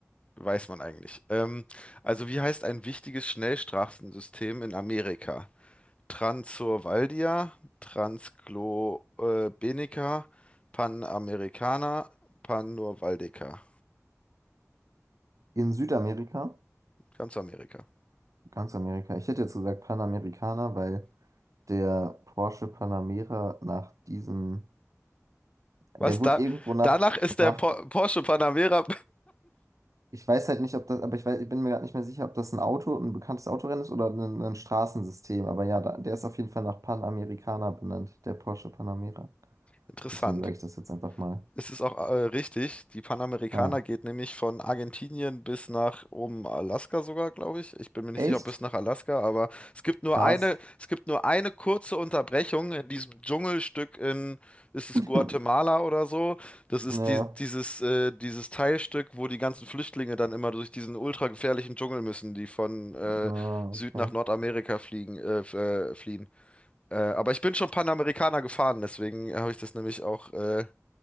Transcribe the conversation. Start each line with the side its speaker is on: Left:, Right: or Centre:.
Left: Weiß man eigentlich. Ähm, also wie heißt ein wichtiges Schnellstraßensystem in Amerika? Transurvaldia, Transglobenica, Panamericana, Panurvaldeca.
Right: In Südamerika,
Left: Ganz Amerika.
Right: ganz Amerika, ich hätte jetzt gesagt Panamerikaner, weil der Porsche Panamera nach diesem,
Left: Was
Right: der
Left: da?
Right: wurde irgendwo nach,
Left: Danach ist
Right: nach,
Left: der Po- Porsche Panamera.
Right: ich weiß halt nicht, ob das, aber ich weiß, ich bin mir gerade nicht mehr sicher, ob das ein Auto, ein bekanntes Autorennen ist oder ein, ein Straßensystem. Aber ja, da, der ist auf jeden Fall nach Panamericana benannt, der Porsche Panamera.
Left: <laughs> Interessant.
Right: Deswegen sage ich das jetzt einfach mal.
Left: Es ist auch äh, richtig, die Panamericana
Right: Ja.
Left: geht nämlich von Argentinien bis nach oben Alaska sogar, glaube ich. Ich bin mir nicht
Right: Echt?
Left: sicher, ob bis nach Alaska, aber es gibt nur
Right: Krass.
Left: eine, es gibt nur eine kurze Unterbrechung in diesem Dschungelstück in, ist es
Right: <laughs>
Left: Guatemala oder so? Das ist
Right: Ja,
Left: die, dieses, äh, dieses Teilstück, wo die ganzen Flüchtlinge dann immer durch diesen ultra gefährlichen Dschungel müssen, die von äh,
Right: ja,
Left: Süd
Right: okay.
Left: nach Nordamerika fliegen, äh, f- äh, fliehen. Äh, aber ich bin schon Panamericana gefahren, deswegen habe ich das nämlich auch äh,